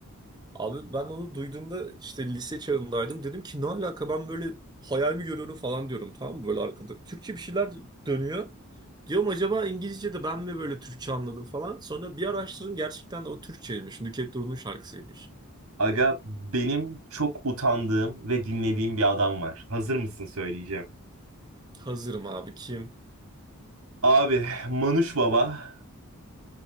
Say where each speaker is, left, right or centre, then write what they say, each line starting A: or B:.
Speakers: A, on the right; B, on the right.
A: Abi ben onu duyduğumda işte lise çağındaydım. Dedim ki ne alaka ben böyle hayal mi görüyorum falan diyorum tamam mı böyle arkada. Türkçe bir şeyler dönüyor. Diyorum acaba İngilizce'de ben mi böyle Türkçe anladım falan. Sonra bir araştırdım gerçekten de o Türkçeymiş. Nükhet Doğulu'nun şarkısıymış.
B: Aga benim çok utandığım ve dinlediğim bir adam var. Hazır mısın söyleyeceğim.
A: Hazırım abi kim?
B: Abi Manuş Baba